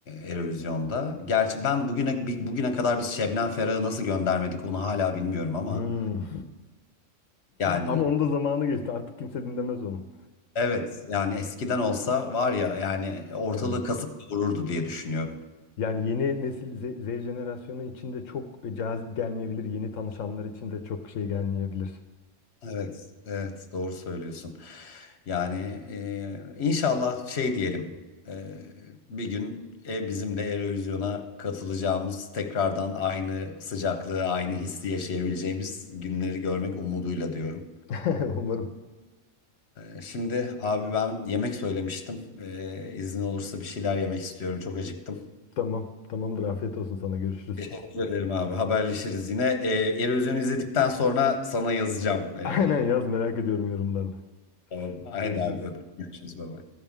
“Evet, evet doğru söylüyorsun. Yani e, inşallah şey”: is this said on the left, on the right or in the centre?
Left